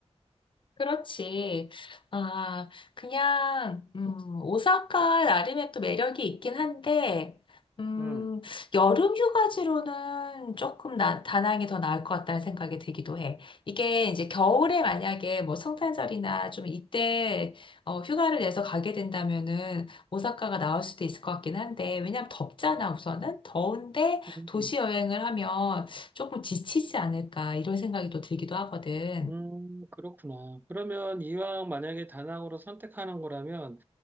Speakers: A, on the left; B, on the right.
A: 그렇지. 아, 그냥, 음, 오사카 나름의 또 매력이 있긴 한데, 음,
B: 음.
A: 여름 휴가지로는 조금 나, 다낭이 더 나을 것 같다는 생각이 들기도 해. 이게 이제 겨울에 만약에 뭐 성탄절이나 좀 이때 어, 휴가를 내서 가게 된다면은 오사카가 나을 수도 있을 것 같긴 한데, 왜냐면 덥잖아, 우선은. 더운데
B: 음,
A: 도시 여행을 하면 조금 지치지 않을까, 이런 생각이 또 들기도 하거든.
B: 음, 그렇구나. 그러면 이왕 만약에 다낭으로 선택하는 거라면